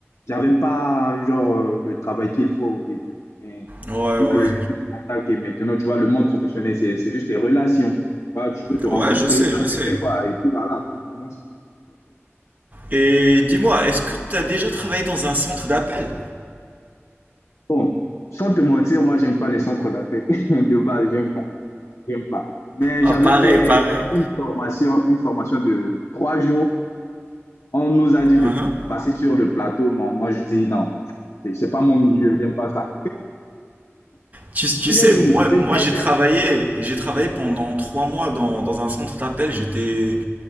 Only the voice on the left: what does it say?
j'avais pas genre euh, le travail qu'il faut au début. Mais
vu
que je t'attaque et maintenant, tu vois, le monde professionnel, c'est c'est juste des relations. Voilà, je peux te
rencontrer.
Ah,
tu fais quoi? Et puis voilà, on commence.
Bon, sans te mentir, moi, j'aime pas les centres d'appel <laughs> de base, j'aime pas, j'aime pas. Mais
j'avais
fait
une formation, une formation de trois jours On nous a dit
de passer sur le plateau. Moi, moi, je dis non, c'est pas mon milieu, j'aime pas ça.
C'est
bien que
je pouvais
bien
faire.